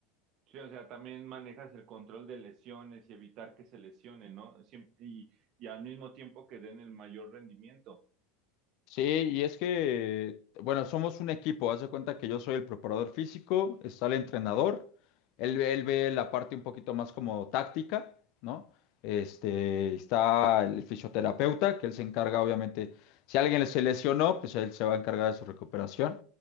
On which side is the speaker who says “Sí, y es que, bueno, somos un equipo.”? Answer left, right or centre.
Left